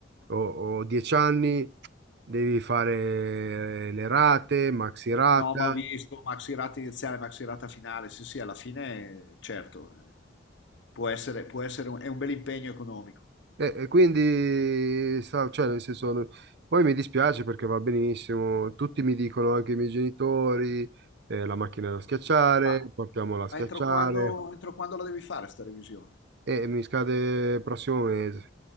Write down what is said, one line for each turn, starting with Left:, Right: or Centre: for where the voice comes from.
Right: o, o dieci anni, devi fare eh, le rate, maxi rata,
Left: No, ma ho visto Maxirata iniziale, Maxirata finale. Sì, sì, alla fine, certo, eh, può essere, può essere un, è un bel impegno economico.
Right: e, e quindi, sa- cioè, nel senso, no- poi mi dispiace perché va benissimo, tutti mi dicono, anche i miei genitori, eh, la macchina da schiacciare,
Left: Ma,
Right: portiamola a schiacciare.
Left: ma entro quando, entro quando la devi fare sta revisione?
Right: E mi scade il prossimo mese.